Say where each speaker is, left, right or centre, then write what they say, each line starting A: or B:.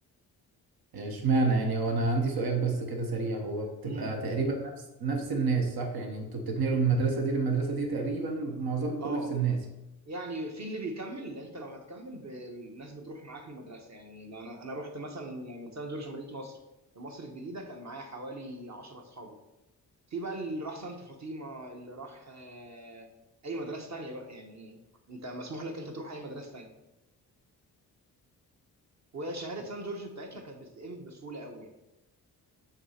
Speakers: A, on the right; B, on the right.
A: اشمعنى يعني هو انا عندي سؤال بس كده سريع هو بتبقى
B: امم
A: تقريبا نفس نفس الناس صح يعني انتوا بتتنقلوا من المدرسة دي للمدرسة دي تقريبا معظمكم
B: اه
A: نفس الناس
B: يعني في اللي بيكمل انت لو هتكمل ب- الناس بتروح معاك المدرسه يعني لو انا انا رحت مثلا من سنه جورج مدينه نصر لمصر الجديده كان معايا حوالي 10 اصحابي في بقى اللي راح سانت فاطمه اللي راح آه، اي مدرسه تانية بقى يعني انت مسموح لك انت تروح اي مدرسه تانية وهي شهاده سان جورج بتاعتنا كانت بتتقبل بسهوله قوي يعني